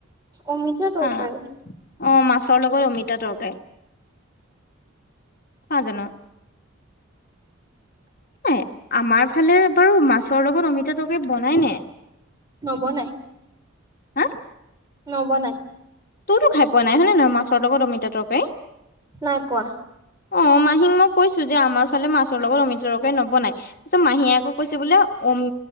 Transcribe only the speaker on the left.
অ অ মাছৰ লগত অমিতা দৰৱ। নাজানো। নে আমাৰ ফালে বাৰু মাছৰ লগত অমিতা তৰকাৰী। বনাই নে
হা।
তইতো খাই পোৱা নাই হয়নে নহয় মাছৰ লগত অমিতা তৰকাৰী।
অ মাহীক মই কৈছো যে আমাৰ ফালে মাছৰ লগত অমিতা তৰকাৰী নবনাই তাৰছত মাহীয়ে আকৌ কৈছে বোলে। অম